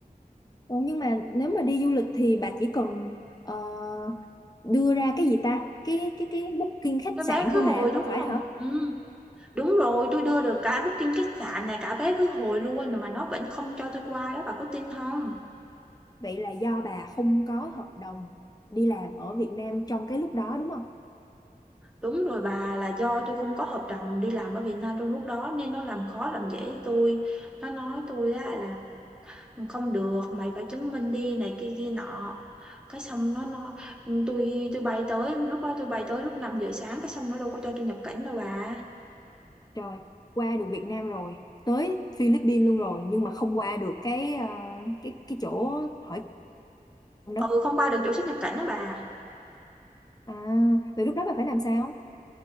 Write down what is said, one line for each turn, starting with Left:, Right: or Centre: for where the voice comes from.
Left: Ồ, nhưng mà nếu mà đi du lịch thì bà chỉ cần ờ, đưa ra cái gì ta? Cái cái cái booking khách
Centre: Cái
Left: sạn
Centre: vé khứ
Left: thôi mà,
Centre: hồi đúng
Left: không phải
Centre: không?
Left: hả?
Centre: Ừ, đúng rồi, tôi đưa được cả booking khách sạn này, cả vé khứ hồi luôn mà nó vẫn không cho tôi qua đó, bà có tin không?
Left: Vậy là do bà không có hợp đồng đi làm ở Việt Nam trong cái lúc đó đúng không?
Centre: Đúng rồi bà, là do tôi không có hợp đồng đi làm ở Việt Nam trong lúc đó nên nó làm khó làm dễ với tui. Nó nói tôi á là không được, mày phải chứng minh đi này kia kia nọ. Cái xong nó nó tôi tôi bay tới lúc đó tôi bay tới lúc 5 giờ sáng cái xong nó đâu có cho tôi nhập cảnh đâu bà.
Left: Rồi qua được Việt Nam rồi, tới Philippines luôn rồi nhưng mà không qua được cái ờ, cái cái chỗ hỏi cung
Centre: Ừ
Left: đó.
Centre: không qua được chỗ xuất nhập cảnh đó bà.
Left: À, vậy lúc đó bà phải làm sao?